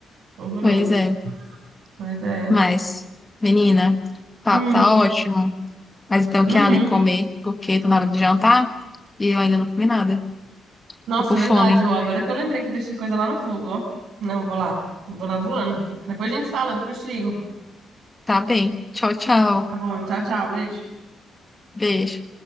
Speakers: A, on the right; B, on the left.
A: Horroroso.
B: Pois é,
A: Mas é.
B: mas, menina, o papo
A: Hum,
B: tá ótimo, mas então eu
A: uhum.
B: quero ali comer, porque tô na hora de jantar e eu ainda não comi nada.
A: Nossa,
B: Tô com
A: é
B: fome.
A: verdade, ô. Agora que eu lembrei que eu deixei coisa lá no fogo, ó. Não, vou lá. Vou lá voando. Depois a gente fala, depois te ligo
B: Tá bem. Tchau, tchau.
A: Tá bom, tchau, tchau. Beijo.
B: Beijo.